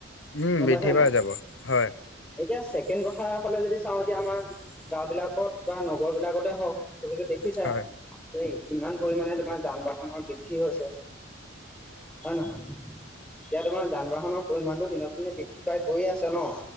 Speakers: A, on the left; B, in the centre.
A: উম
B: গম
A: বৃদ্ধি
B: পাইছা নাই?
A: পাই যাব হয়
B: এতিয়া ছেকেণ্ড কথা ফালে যদি চাও, এতিয়া আমাৰ গাওঁ বিলাকত বা নগৰ বিলাকতে হওক। তুমিতো দেখিছাই
A: হয়
B: যে ইমান পৰিমানে তোমাৰ যান বাহনৰ বৃদ্ধি হৈছে হয় নহয় এতিয়া তোমাৰ যান বাহনৰ পৰিমণটো দিনক দিনে বৃদ্ধি পাই গৈয়ে আছে ন।